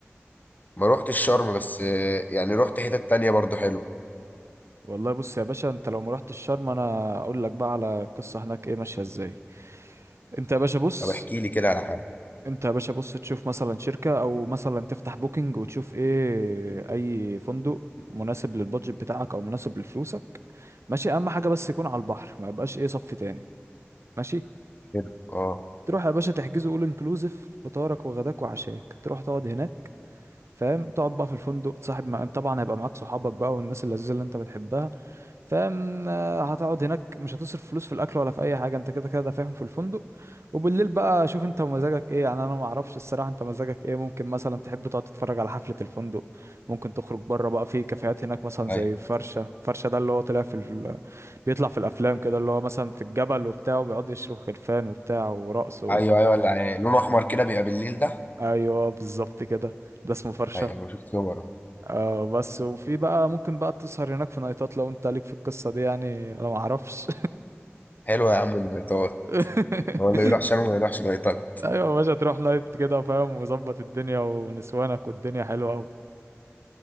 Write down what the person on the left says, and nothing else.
ما روحتش الشرم بس آه، يعني روحت حتت تانية برضو حلوه
طب احكي لي كده على حاجه
حلو اه
ايوه
ايوه ايوه اللي يعني لونه احمر كده بيبقى بالليل ده
ايوه انا شفت صوره
حلوه يا عم اللايتات
هو اللي يروح شرم ما يروحش لايتات